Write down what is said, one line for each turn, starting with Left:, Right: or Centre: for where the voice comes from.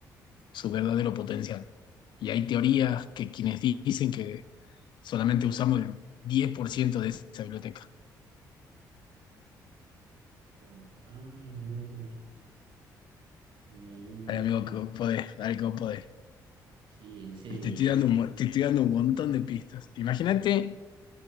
Left: su verdadero potencial. Y hay teorías que quienes di- dicen que solamente usamos el 10% de esa biblioteca.
Right: Claro. Ay, una. Eh,
Left: Ay, amigo, que vos podés, dale que vos podés.
Right: sí, en serio que
Left: Te
Right: me
Left: estoy
Right: estoy.
Left: dando un, mo- te estoy dando un montón de pistas. Imagínate